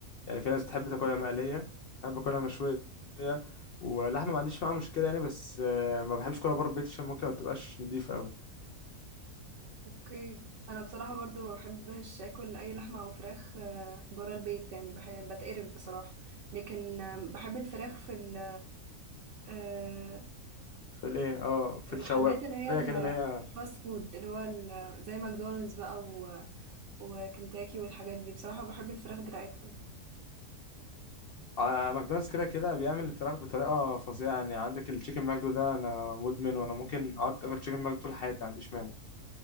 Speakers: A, on the left; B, on the right.
A: يعني في ناس تحب تاكلها مقلية أنا باكلها مشوية ولحمة ما عنديش معاها مشكلة يعني بس آه، ما بحبش أكلها بره البيت عشان ممكن ما تبقاش نضيفة أوي
B: اوكي انا بصراحه برضو ما بحبش اكل اي لحمه او فراخ آه، برا البيت يعني بحب بتقرف بصراحه لكن آه، بحب الفراخ في ال آه،
A: في الإيه اه في
B: المحلات
A: الشواية
B: اللي هي ال-
A: كده اللي هي
B: الفاست فود اللي هو ال- زي ماكدونالدز بقى و- وكنتاكي والحاجات دي بصراحة بحب الفراخ بتاعتهم
A: آه، ماكدونالدز كده كده بيعمل الفراخ بطريقة فظيعة يعني عندك التشيكن ماكدو ده أنا مدمن وأنا ممكن أقعد آكل تشيكن ماكدو طول حياتي ما عنديش مانع